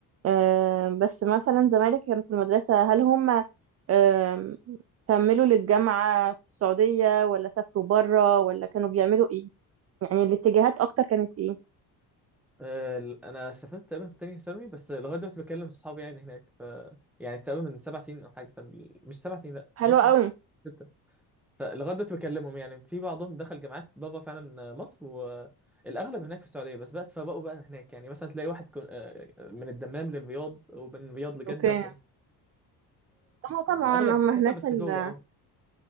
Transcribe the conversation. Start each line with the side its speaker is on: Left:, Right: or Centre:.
Right: آه، بس مثلا زمايلك كانوا في المدرسة هل هم آم، كملوا للجامعة في السعودية ولا سافروا برا ولا كانوا بيعملوا ايه يعني الاتجاهات اكتر كانت ايه
Centre: آه، انا سافرت تقريبا في تانية ثانوي بس لغايه دلوقتي بكلم صحابي يعني هناك ف يعني تقريبا من سبع سنين او حاجه فمش سبع سنين لا
Right: حلوة
Centre: ممكن
Right: قوي
Centre: ستة فلغايه دلوقتي بكلمهم يعني في بعضهم دخل جامعات بابا فعلا مصر والاغلب هناك في السعوديه بس بقى اتفرقوا بقى هناك يعني مثلا تلاقي واحد كو- آه، من الدمام للرياض ومن الرياض لجده
Right: اوكي
Centre: وكده
Right: اه طبعا
Centre: الاغلب
Right: هم
Centre: سافر
Right: هناك
Centre: بس
Right: ال...
Centre: جوه اه